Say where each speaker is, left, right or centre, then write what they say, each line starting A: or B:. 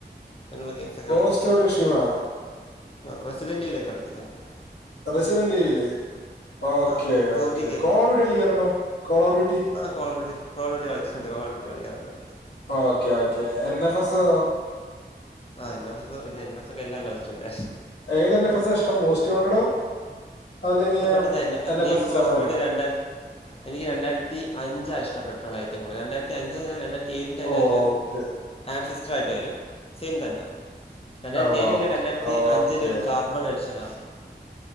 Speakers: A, on the left (about 35°); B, on the left (about 70°).
A: അങ്ങനുള്ള ഗെയിം സക്കെ
B: ഗോസ്റ്റ്
A: കളിക്കും
B: ഓഫ് ഋഷിമ
A: ആഹ് റെസിഡന്റെലെക്കെ കളിക്കും ഞാൻ പിന്നെ
B: റെസിഡന്റ്ഈവില് ഓക്കെ
A: ആ സോംബി
B: ഓക്കെ
A: ഗെയിമാ
B: കോൾ ഓഫ് ഡ്യൂട്ടി കളിക്കാറുണ്ടോ കോൾ ഓഫ് ഡ്യൂട്ടി
A: ആ കോളോട്ടി കോഴോട്ടി കളിക്കാറണ്ട് കോഴോട്ടി കളിക്കാറുണ്ട്
B: ഓക്കേ ഓക്കേ എൻ എഫസോ
A: ആ എന്നഫസോ പിന്നെ എന്നഫസ്ക്കെ എല്ലാം കളിച്ചിട്ടുണ്ട്
B: ഏതന്നെഫെസാ ഇഷ്ടം മോസ്റ്റ് വാണ്ടഡോ അതല്ലെങ്കിൽ
A: ട്ടപ്പെട്ടത് NF
B: N
A: need
B: F S
A: for
B: സെവനോ
A: സ്പീഡ് രണ്ടാൻ എനിക്ക് രണ്ടായിരത്തി അഞ്ചാ ഇഷ്ടപ്പെട്ടുള്ളത് ഏറ്റവും കൂടുതൽ രണ്ടായിരത്തി അഞ്ച് രണ്ടായിരത്തി
B: ഓക്കെ
A: <unintelligible> ആൻസിസ്റ്റർ ആയിട്ട് വരും സെയിം തന്നെ രണ്ടായിരത്തി
B: ഓക്കെ
A: ഏഴ് കഴിഞ്ഞ രണ്ടായിരത്തി അഞ്ചിന്റെ
B: ഓക്കെ
A: ഒരു കാർബൺ എഡിഷനാ